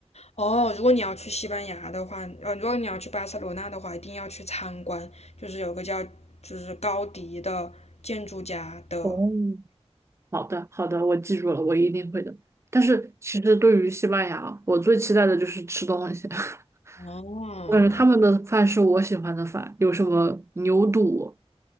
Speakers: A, on the left; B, on the right.
A: 哦，如果你要去西班牙的话，呃，如果你要去巴塞罗那的话，一定要去参观，就是有个叫就是高迪的建筑家的。
B: 哦，好的好的，我记住了，我一定会的。但是其实对于西班牙，我最期待的就是吃东西，<laughs>
A: 哦
B: 我感觉他们的饭是我喜欢的饭，有什么牛肚